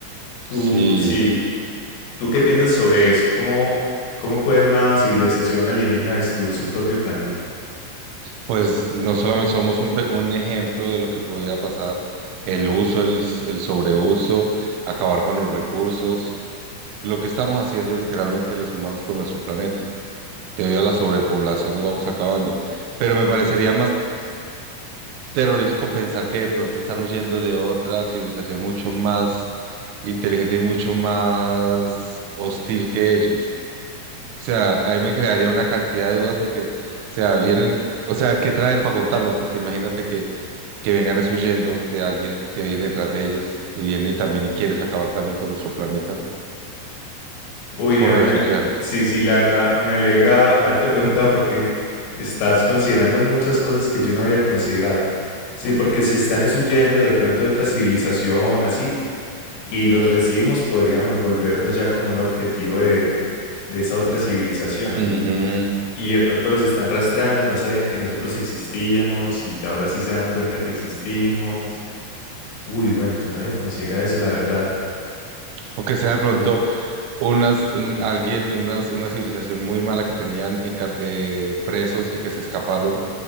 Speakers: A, on the left (about 85°); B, on the right (about 85°).
A: Tú,
B: Sí,
A: sí, ¿tú qué piensas sobre eso? ¿Cómo, cómo puede una civilización alienígena destruir su propio planeta?
B: pues no solamente somos un, pe- un ejemplo de lo que podría pasar, el uso, el, s- el sobreuso, acabar con los recursos, lo que estamos haciendo literalmente los humanos con nuestro planeta. debido a la sobrepoblación nos vamos acabando. Pero me parecería más terrorífico pensar que de pronto están huyendo de otra civilización mucho más inteligente y mucho más hostil que ellos. O sea, ahí me crearía una cantidad de dudas porque, o sea, vienen, o sea, ¿qué traen para contarnos? Porque imagínate que, que vengan es huyendo de alguien que viene detrás de ellos y viene y también y quieres acabar también con nuestro planeta
A: Uy,
B: por
A: mira,
B: refugiarlos.
A: me al- sí, sí, la verdad, me alegra haberte preguntado porque estás considerando muchas cosas que yo no había considerado. Sí, porque si están
B: Sí.
A: es huyendo de pronto de otra civilización, así, y los recibimos, podríamos volvernos ya como un objetivo de, de esa otra civilización.
B: Ujú.
A: y de pronto los están rastreando, no sabían que nosotros existíamos y ya ahora sí se dan cuenta que existimos. Uy, bueno, yo no había considerado eso, la verdad.
B: O que sea
A: Ujú.
B: de pronto unas, un- alguien, una, una civilización muy mala que tenían encar- eh, presos y que se escaparon